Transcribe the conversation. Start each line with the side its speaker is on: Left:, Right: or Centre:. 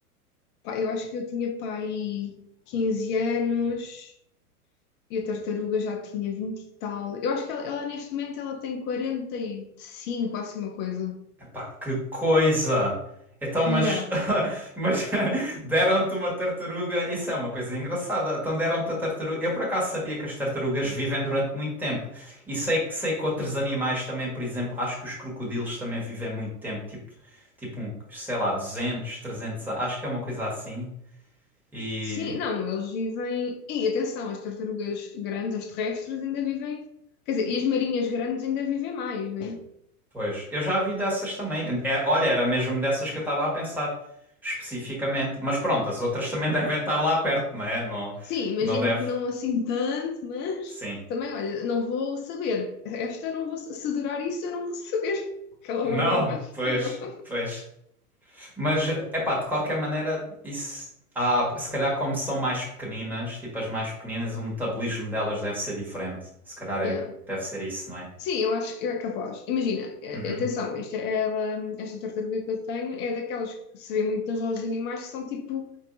Left: pá, eu acho que eu tinha pai 15 anos. E a tartaruga já tinha 20 e tal. Eu acho que ela, ela, neste momento ela tem quarenta e cinco assim uma coisa.
Centre: Pá, que coisa! Então,
Left: Yeah.
Centre: mas, <laughs> mas <laughs> deram-te uma tartaruga, isso é uma coisa engraçada. Então deram-te a tartaruga. Eu por acaso sabia que as tartarugas vivem durante muito tempo. E sei, que- sei que outros animais também, por exemplo, acho que os crocodilos também vivem muito tempo, tipo, tipo um, sei lá, 200 300 a- acho que é uma coisa assim. E,
Left: Sim, não, eles vivem. E atenção, as tartarugas grandes, as terrestres, ainda vivem. Quer dizer, e as marinhas grandes ainda vivem mais, não é?
Centre: pois, eu já vi dessas também. É, olha, era mesmo dessas que eu estava a pensar, especificamente. Mas pronto, as outras também <laughs> devem estar lá perto, não é? Não,
Left: Sim, imagino
Centre: não deve.
Left: que não assim <laughs> tanto, mas
Centre: Sim.
Left: também, olha, não vou saber. Esta não vou. Se durar isso, eu não vou saber, porque ela
Centre: Não,
Left: vai durar mais
Centre: pois,
Left: que eu.
Centre: pois. Mas, epá, de qualquer maneira, isso. Ah, se calhar como são mais pequeninas, tipo as mais pequeninas, o metabolismo delas deve ser diferente. Se calhar
Left: Yeah.
Centre: é, deve ser isso, não é?
Left: Sim, eu acho que é capaz. Imagina, eh,
Centre: Uhum.
Left: atenção, isto é, é da- esta tartaruga que eu tenho é daquelas que se vê muito nas lojas de animais que são tipo